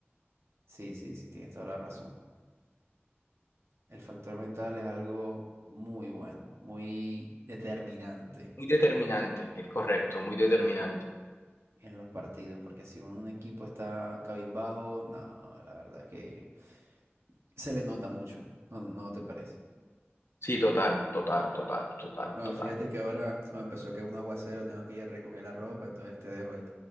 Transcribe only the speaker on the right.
sí, sí, sí, tienes toda la razón. El factor mental es algo muy bueno, muy determinante
en los partidos, porque si un equipo está cabizbajo, no, la verdad es que se le nota mucho, ¿no, no te parece?
Bueno,
fíjate que ahora ah, empezó a caer un aguacero, tengo que ir a recoger la ropa, entonces te dejo, ahí.